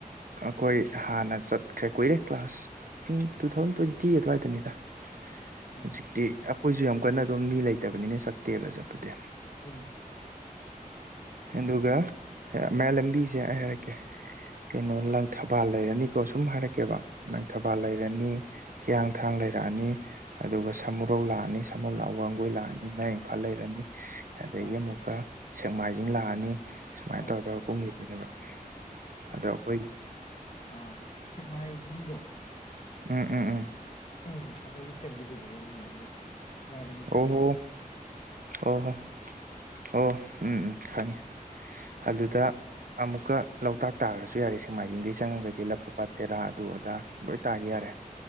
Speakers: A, on the right (about 70°); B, on the left (about 50°).
A: ꯑꯩꯈꯣꯏ ꯍꯥꯟꯅ ꯆꯠꯈ꯭ꯔꯦ ꯀꯨꯏꯔꯦ class two two thousand twenty ꯑꯗ꯭ꯋꯥꯏꯗꯅꯤꯗ
B: ꯎꯝ
A: ꯍꯖꯤꯛꯇꯤ ꯑꯩꯈꯣꯏꯁꯨ ꯌꯥꯝ ꯀꯟꯅ ꯑꯗꯨꯝ ꯃꯤ ꯂꯩꯇꯕꯅꯤꯅ ꯆꯠꯇꯦꯕ ꯆꯠꯄꯗꯤ
B: ꯎꯝ
A: ꯑꯗꯨꯒ ꯃꯌꯥꯢ ꯂꯝꯕꯤꯁꯦ ꯑꯩ ꯍꯥꯏꯔꯛꯀꯦ ꯀꯩꯅꯣ ꯂꯪꯊꯕꯥꯜ ꯂꯩꯔꯅꯤꯀꯣ ꯁꯨꯝ ꯍꯥꯏꯔꯛꯀꯦꯕ ꯂꯪꯊꯕꯥꯜ ꯂꯩꯔꯅꯤ ꯍꯤꯌꯥꯡꯊꯥꯡ ꯂꯩꯔꯛꯑꯅꯤ ꯑꯗꯨꯒ ꯁꯃꯨꯔꯧ ꯂꯥꯛꯑꯅꯤ ꯁꯃꯨꯔꯧ ꯂꯥꯛꯡꯒꯣꯏ ꯂꯥꯛꯑꯅꯤ ꯃꯌꯥꯡ ꯏꯝꯐꯥꯜ ꯂꯩꯔꯅꯤ ꯑꯗꯨꯗꯒꯤ
B: ꯑꯥ
A: ꯑꯃꯨꯛꯀ ꯁꯦꯛꯃꯥꯏꯖꯤꯡ ꯂꯥꯛꯑꯅꯤ ꯁꯨꯃꯥꯏꯅ
B: ꯑꯥ
A: ꯇꯧꯔ ꯇꯧꯔ ꯀꯨꯝꯈꯤꯗꯣꯢꯅꯦꯕ ꯑꯗꯣ ꯑꯩꯈꯣꯏ
B: ꯑ ꯁꯦꯛꯃꯥꯏꯖꯤꯡꯗꯣ
A: ꯎꯝ ꯎꯝ ꯎꯝ
B: ꯎꯝ ꯑꯗꯒꯤ ꯆꯪꯈꯤꯗꯣꯢꯕ ꯋꯥꯡꯉꯨꯅ ꯑꯃꯨꯛ ꯃꯌꯥꯏ ꯂꯝꯕꯤ
A: ꯋꯉꯨ
B: ꯆꯠꯂꯒꯗꯤ
A: ꯑꯣ ꯍꯣ ꯑꯣ ꯎꯝ ꯎꯝ ꯈꯪꯉꯦ ꯑꯗꯨꯗ
B: ꯎꯝ
A: ꯑꯃꯨꯛꯀ ꯂꯣꯛꯇꯥꯛ ꯇꯥꯔꯁꯨ ꯌꯥꯏꯌꯦ ꯁꯦꯛꯃꯥꯏꯖꯤꯡꯗꯒꯤ ꯆꯪꯉꯒꯗꯤ ꯂꯐꯨꯄꯥꯠ ꯇꯦꯔꯥ ꯑꯗꯨ ꯑꯗꯥ ꯂꯣꯏ ꯇꯥꯈꯤ ꯌꯥꯔꯦ